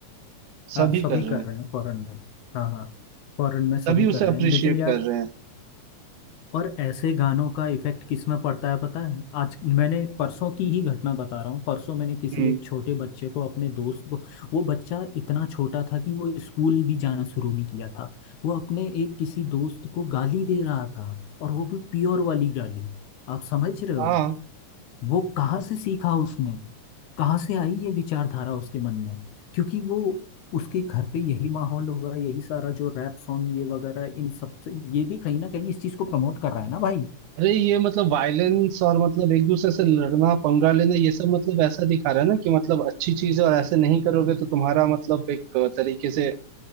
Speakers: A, on the right (about 80°); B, on the left (about 75°).
A: सभी
B: हाँ सभी
A: कर रहे
B: कर
A: हैं
B: रहे हैं फॉरेन में हाँ हाँ फॉरेन में सभी
A: सभी उसे
B: कर रहे
A: अप्रिशिएट
B: हैं लेकिन यार
A: कर रहे हैं
B: और ऐसे गानों का इफेक्ट किस में पड़ता है पता है आज मैंने परसों की ही घटना बता रहा हूँ परसों मैंने किसी
A: हम्म
B: एक छोटे बच्चे को अपने दोस्त को वो बच्चा इतना छोटा था कि वो स्कूल भी जाना शुरू नहीं किया था वो अपने एक किसी दोस्त को गाली दे रहा था और वो भी प्योर वाली गाली आप समझ रहे
A: हाँ
B: हो वो कहाँ से सीखा उसने कहाँ से आई ये विचारधारा उसके मन में क्योंकि वो उसके घर पे यही माहौल होगा यही सारा जो रैप सॉन्ग ये वगैरह इन सब से ये भी कहीं ना कहीं इस चीज को प्रमोट कर रहा है ना भाई
A: अरे ये मतलब वायलेंस और मतलब एक दूसरे से लड़ना पंगा लेना ये सब मतलब ऐसा दिखा रहा है ना कि मतलब अच्छी चीज है और ऐसे नहीं करोगे तो तुम्हारा मतलब एक तरीके से